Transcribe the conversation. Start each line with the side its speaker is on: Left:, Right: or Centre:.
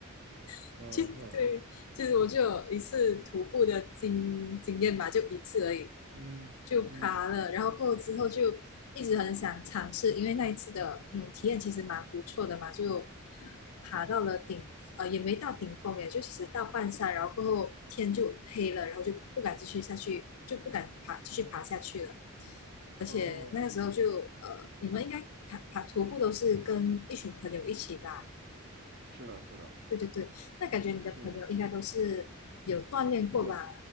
Left: <laughs>
Right: 嗯嗯
Left: 其对，其实我就有一次徒步的经经验吧，就一次而已，
Right: 嗯嗯，
Left: 就爬了，然后过后之后就一直很想尝试，因为那一次的嗯体验其实蛮不错的嘛，就爬到了顶，呃也没到顶峰耶，就其实到半山，然后过后天就黑了，然后就不敢继续下去，就不敢爬继续爬下去了。而且那个时候就呃，
Right: 哦，
Left: 你们应该爬爬徒步都是跟一群朋友一起吧？
Right: 是的，是的，
Left: 对对对，那感觉你的朋友应该都是有锻炼过吧？
Right: 嗯，掉，